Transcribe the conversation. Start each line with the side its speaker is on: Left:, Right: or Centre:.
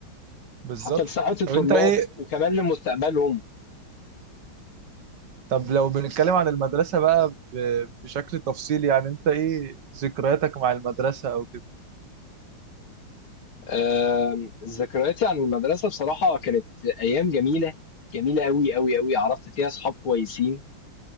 Right: بالظبط
Left: حتى لصحة الطلاب
Right: طب انت ايه
Left: وكمان لمستقبلهم
Right: طب لو بنتكلم عن المدرسة بقى ب- بشكل تفصيلي يعني انت ايه ذكرياتك مع المدرسة او كده
Left: آم، ذكرياتي عن المدرسة بصراحة كانت ايام جميلة جميلة قوي قوي قوي عرفت فيها صحاب كويسين